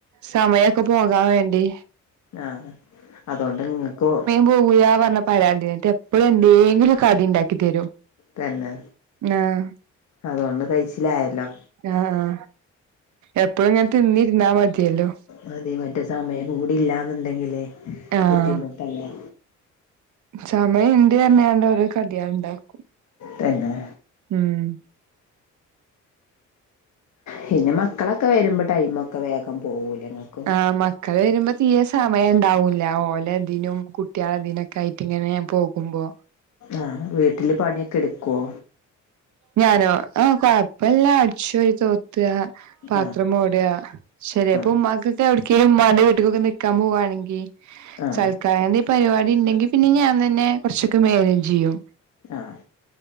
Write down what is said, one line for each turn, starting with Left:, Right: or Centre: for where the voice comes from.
Right: സമയൊക്കെ പോകാൻ വേണ്ടി
Left: ആഹ അതോണ്ട് ഇങ്ങക്കും
Right: പോവയാ പറഞ്ഞ പരാതിട്ട് എപ്പഴും എന്തെങ്കിലും കടി ഉണ്ടാക്കി തരും
Left: തന്നെ
Right: ആഹ്
Left: അതോണ്ട് കയിച്ചിലായല്ലോ
Right: ആഹ ആ എപ്പോഴും ഇങ്ങനെ തിന്നിരുന്നാ മതിയല്ലോ
Left: മതി മറ്റേ സമയം കൂടി ഇല്ലാന്നുണ്ടെങ്കിലേ
Right: ആഹ
Left: ബുദ്ധിമുട്ടല്ലേ
Right: സമയം ഉണ്ട് പറഞ്ഞാണ്ട് ഒരോ കടിയാള് ഇണ്ടാക്കും
Left: തന്നെ
Right: ഉം
Left: പിന്നെ മക്കളൊക്കെ വരുമ്പോൾ ടൈമൊക്കെ വേഗം പോവൂലെ ഇങ്ങക്ക്
Right: ആഹ മ ക്ക വരുമ്പോ തീയെ സമയം ഉണ്ടാവൂല്ല ഓലെതിനും കുട്ട്യാളെതിനൊക്കെ ആയിട്ട് ഇങ്ങനെ ഞാൻ പോകുമ്പോ
Left: ആഹ് വീട്ടില് പണിയൊക്കെ എടുക്കുവോ?
Right: ഞാനോ ആഹ് കൊഴപ്പല്ല അടിചുവാരി തോ ത്വ പാത്രം
Left: ആഹ്
Right: മൂടുവ ശരി അപ്പൊ
Left: ആഹ്
Right: ഉമ്മാക്ക് ഇ എവിടെക്കേലും ഉമ്മാന്റെ വീട്ടക്കൊക്കെ നിക്കാൻ പോവാണെങ്കിൽ
Left: ആഹ്
Right: സൽ ക്കായെന്തേ പരിപാടി ഉണ്ടെങ്കി പിന്നെ ഞാൻ തന്നെ കുറച്ചൊക്കെ മാനേജ് ചെയ്യും.
Left: ആഹ്.